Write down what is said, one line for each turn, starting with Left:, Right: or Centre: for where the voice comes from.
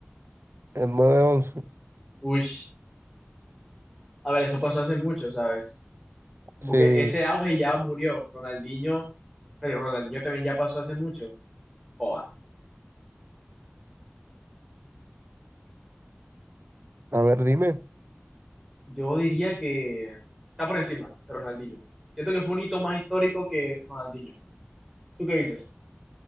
Right: El nueve once.
Centre: Uy, a ver, eso pasó hace mucho, ¿sabes? Como
Right: Sí.
Centre: que ese auge ya murió. Ronaldinho, pero Ronaldinho también ya pasó hace mucho. Joa,
Right: A ver, dime.
Centre: yo diría que está por encima de Ronaldinho. Siento que fue un hito más histórico que Ronaldinho. ¿Tú qué dices?